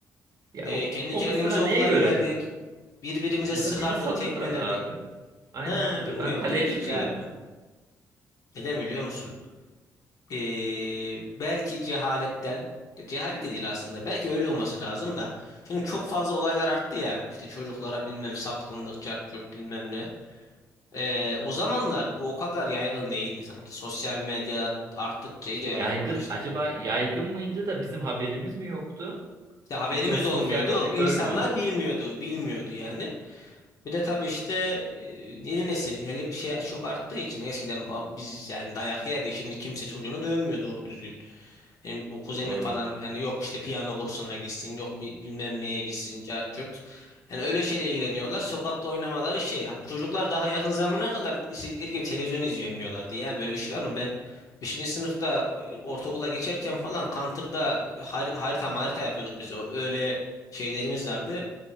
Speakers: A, on the right (about 55°); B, on the left (about 55°).
A: Ya
B: Ee,
A: o,
B: kendi
A: o
B: kendimize
A: mesela neye
B: okula
A: göre?
B: giderdik. Birbirimize
A: Bize,
B: sıkardık,
A: bizi salıyorlardı
B: tekmelerdik.
A: abi. Aynen.
B: Ha,
A: Mesela
B: bilmiyorum
A: ben kaleye
B: büyüdükçe
A: çıkıyordum.
B: abi. Neden biliyor musun? Ee, belki cehaletten cehalet de değil aslında belki öyle olması lazım da şimdi çok fazla olaylar arttı ya işte çocuklara bilmem sapkınlık cart curt bilmem ne Ee, o zamanlar bu o kadar yaygın değildi sanki sosyal medya arttıkça
A: İşte
B: iyice
A: yaygın
B: yaygınlaştı
A: acaba yaygın mıydı da bizim haberimiz mi yoktu?
B: İşte haberimiz
A: Çünkü hani
B: olmuyordu
A: sosyal medyada görmüyordum.
B: insanlar bilmiyordu bilmiyordu yani bir de tabii işte e, yeni nesil hele şey çok arttığı için eskiden ba- biz yani dayak yerdik şimdi kimse çocuğunu dövmüyor doğru düzgün Benim o kuzenim
A: Doğru.
B: falan hani yok işte piyano kursuna gitsin, yok bi- bilmem neye gitsin, cart Yani öyle şeyle ilgileniyorlar. Sokakta oynamaları şey. ha, Bu çocuklar daha yakın zamana kadar istedikleri gibi televizyon izleyemiyorlardı ya. Böyle bir şey var mı? Ben 5. sınıfta e, ortaokula geçerken falan Counter'da har- harita harita yapıyorduk biz. O- Öyle şeylerimiz vardı.